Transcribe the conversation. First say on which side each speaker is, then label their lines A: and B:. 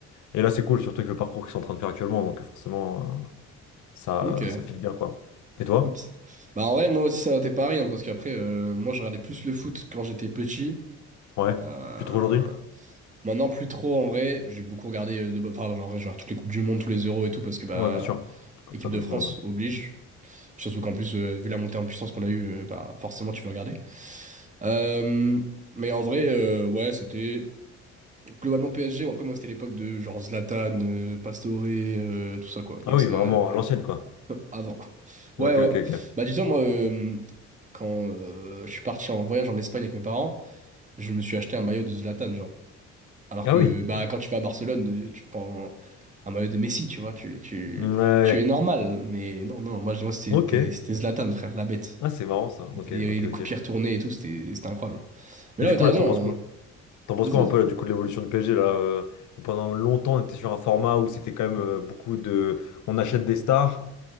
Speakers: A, on the left; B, on the right.
A: Et là, c'est cool, surtout avec le parcours qu'ils sont en train de faire actuellement, donc forcément. euh, ça,
B: Ok.
A: ça file bien, quoi. Et toi?
B: Ok. Bah en vrai, moi aussi, ça t'es pareil, hein, parce qu'après, euh, moi, je regardais plus le foot quand j'étais petit.
A: Ouais.
B: Euh,
A: Plus trop aujourd'hui?
B: Maintenant, plus trop, en vrai. J'ai beaucoup regardé, euh, de... enfin, en vrai, je regarde toutes les Coupes du Monde, tous les Euros et tout, parce que, bah,
A: Ouais, bien sûr. Comme
B: équipe
A: ça, comme
B: de France
A: tout le monde. ouais.
B: oblige. Puis Surtout qu'en plus, euh, vu la montée en puissance qu'on a eue, euh, bah, forcément, tu veux regarder. Euh, mais en vrai, euh, ouais, c'était globalement PSG. Après, moi, c'était l'époque de genre Zlatan, euh, Pastore, euh, tout ça, quoi.
A: Ah
B: Donc,
A: oui,
B: c'est
A: vraiment,
B: ouais, euh,
A: à l'ancienne, quoi.
B: <laughs> avant.
A: Ok,
B: Ouais, ouais.
A: ok, ok.
B: Bah, dis-toi, moi, euh, quand euh, je suis parti en voyage en Espagne avec mes parents, je me suis acheté un maillot de Zlatan, genre. Alors
A: Ah
B: que,
A: oui.
B: bah, quand tu vas à Barcelone, euh, tu prends un maillot de Messi, tu vois. Tu, tu,
A: Ouais.
B: tu es normal. Mais non, non, moi, je- moi, c'était
A: Ok.
B: c'était c'était Zlatan, frère, la bête
A: Ah, c'est marrant, ça. Ok,
B: mettait des,
A: ok,
B: des
A: ok.
B: coups de pierre tournés et tout, c'était c'était incroyable. Mais
A: Et
B: là,
A: du
B: ouais,
A: coup,
B: t'as
A: là,
B: raison.
A: t'en penses quoi?
B: hein.
A: T'en penses
B: Vas-y,
A: quoi
B: vas-y.
A: un peu, là, du coup, de l'évolution du PSG, là, euh, où pendant longtemps, on était sur un format où c'était quand même euh, beaucoup de... On achète des stars,